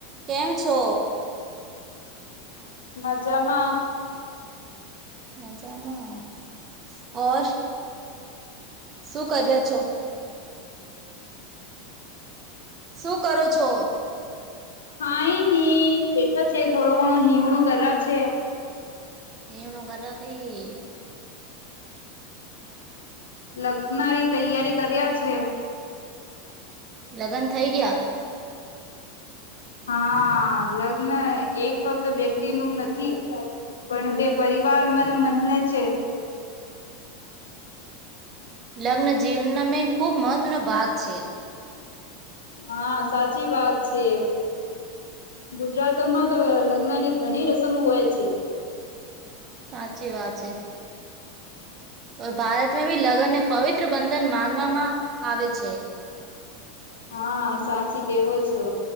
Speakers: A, on the right (about 35°); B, on the left (about 80°).
A: કેમ છો
B: મજામાં
A: મજામાં ઓર શું કર્યો છો. શું કરો છો.
B: કાય ની બેઠા છે થોડો ઘણો હીવણું કરા છે.
A: હોવું કરે તે ઈ
B: લગ્નારી તૈયારી કર્યા છે.
A: લગ્ન થઈ ગયા
B: હા લગ્ન એક ફક્ત વ્યક્તિનું નથી. પણ બે પરિવાર મન મનને છે.
A: લગ્ન જીવન મેં ખુબ મહત્વનો ભાગ છે.
B: હા સાચી વાત છે. ગુજરાતમાં તો લગ્નની ઘણી રસમ હોય છે.
A: સાચી વાત છે. તો ભારતમાં બી લગ્નને પવિત્ર બંધન માનવામાં આવે છે.
B: હા સાચી કેવો છો